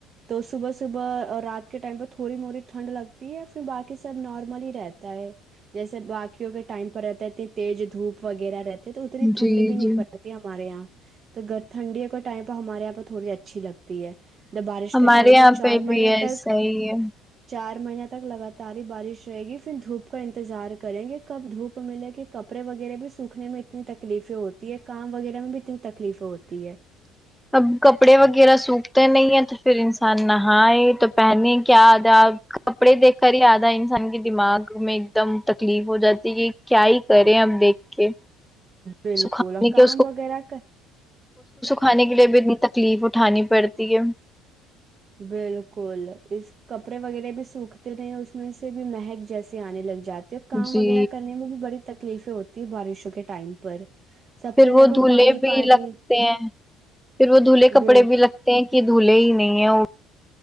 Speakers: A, on the right; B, in the centre.
A: تو صبح صبح اور رات کے ٹائم پ تھوڑی موی ٹھنڈ لگتی ہے پھر باقی سب نارملی ہی رہتا ہے جیسے باقیوں کے ٹائم پر رہتا ہے اتنی تیز دھوپ وغیرہ رہتی ٹھنڈ
B: ہے جی
A: بھی نہیں
B: جی
A: پڑتی ہمارے یہاں تو گ ٹھنڈی کا ٹائم پ ہمارے یہاں پہ تھوڑی اچھی لگتی ہے بارش
B: ہمارے
A: کے ٹائم
B: یہاں
A: پہ چار
B: بھی
A: مہینے
B: ہے
A: تک
B: صحیح ہے
A: چار مہینہ تک لگاتار ہی بارش رہے گی پھر دھوپ کا انتظار کریں گے کب دھوپ ملے گ کپڑے وغیرہ بھی سوکھنے میں اتنی تکلیفیں ہوتی ہے کام وغیرہ میں بھی اتنی تکلیف ہوتی ہے
B: اب کپڑے وغیرہ سوکھتے نہیں ہیں تو پھر انسان نہائے تو پہنے کیا آدھاپ کپڑے دیکھ کر ہی آدھا انسان کے دماغ میں ایک دم تکلیف ہو جاتی کہ کیا ہی کریں اب دیکھ کے
A: بالکل
B: سکھانے
A: اور
B: کے
A: کام وغیرہ کر
B: منے گ لیے بھی ن تک تکلیف اٹھانی پڑتی ہے
A: بالکل اس کپڑے وغیرہ بھی سوکھتے نہیں اس میں سے بھی مہک جیسے آنے لگ جاتے کام
B: جی
A: وغیرہ کرنے میں بھی بڑی تکلیفیں ہوتی ت بارشوں کے ٹائم پر سب
B: پھر
A: تو
B: وہ
A: دیکھو
B: دھلہے
A: پانی
B: بھی
A: پانی
B: لگتے ہیں پھر وہ دھلہے کپڑے
A: بل
B: بھی لگتے ہیں یہ دھلے ہی نہیں ہے وہ